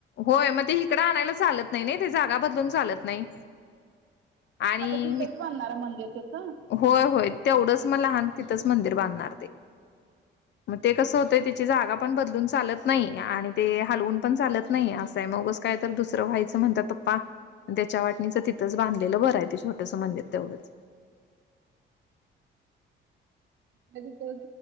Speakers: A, on the left; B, on the right.
A: होय मग ते इकडं आणायला चालत नाही ते जागा बदलून चालत नाही. आणि
B: आता तिथंच बांधणार म्हणजे तिथं
A: होय होय तेवढंच म लहान तिथंच मंदिर बांधणार ते. म ते कसं होतंय त्याची जागा पण बदलून चालत नाही आणि ते हलवून पण चालत नाई असंय म ऊगच काय तर दुसरं व्हायचं म्हणतात पप्पा. त्याच्या वाटणीचं तिथंच बांधलेलं बरं आहे ते छोटंसं मंदिर तेवढंच.
B: तरी तेच